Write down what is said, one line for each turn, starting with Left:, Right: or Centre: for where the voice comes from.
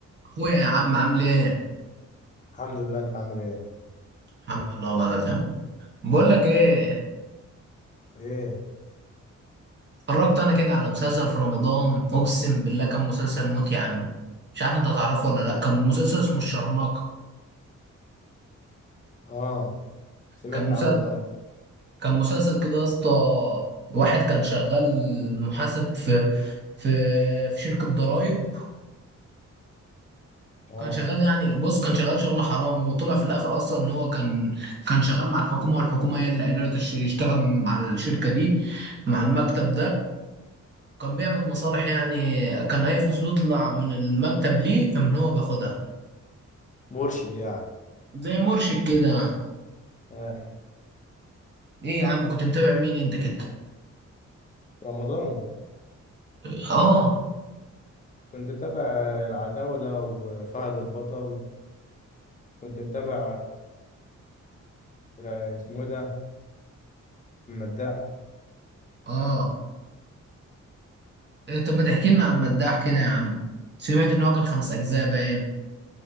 Right: اخويا يا عم عامل ايه
Left: الحمد لله انت عامل ايه
Right: الحمد لله والله لا تمام بقول لك ايه
Left: ايه
Right: اتفرجت انا كده على مسلسل في رمضان اقسم بالله كان مسلسل موت يا عم مش عارف انت هتعرفه ولا لا كان مسلسل اسمه الشرنقة
Left: اه سمعت
Right: كان مسلسل
Left: عنه ايه
Right: كان مسلسل كده يا اسطى واحد كان شغال محاسب في في في شركة ضرايب
Left: اه
Right: كان شغال يعني بص كان شغال شغل حرام وطلع في الاخر اصلا ان هو كان كان شغال مع الحكومة والحكومة هي اللي قايله له تش- يشتغل مع الشركة دي مع المكتب ده كان بيعمل مصالح يعني كان اي فلوس بتطلع من المكتب ليه كان هو بياخدها
Left: مرشد يعني
Right: زي مرشد كده
Left: ايه
Right: ايه يا عم كنت متابع مين انت كده
Left: رمضان
Right: اه
Left: كنت متابع العتاولة وفهد البطل كنت متابع آه، اسمه ايه ده المداح
Right: اه إيه طب ما تحكي لنا عن المداح كده يا عم سمعت ان هو كان خمس اجزاء باين